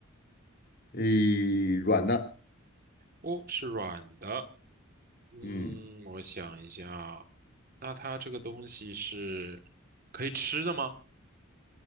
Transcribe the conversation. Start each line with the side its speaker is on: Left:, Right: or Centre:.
Left: 诶，软的，
Right: 哦，是软的。嗯，
Left: 嗯，
Right: 我想一下啊，那它这个东西是可以吃的吗？